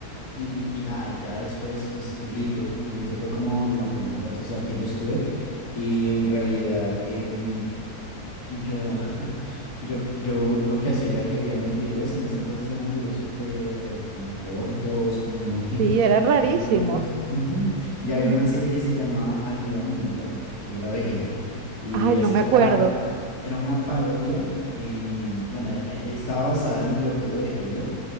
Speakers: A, on the left; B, on the right.
A: Y, y nada, y ya después, pues YouTube. YouTube fue como la primera red social que yo estuve. Y en realidad, em, yo yo, yo lo que hacía era que veíamos videos, en ese entonces eran videos súper como cortos, como muy,
B: Sí, era
A: <laughs>
B: rarísimo.
A: muy dinámicos. ujú, Y
B: <laughs>
A: había una serie que se llamaba Ayuda Mundial, que yo la veía. Y
B: Ay,
A: esto
B: no me acuerdo.
A: era, era una parodia, em, bueno, era- eh, estaba basada en el videojuego de Halo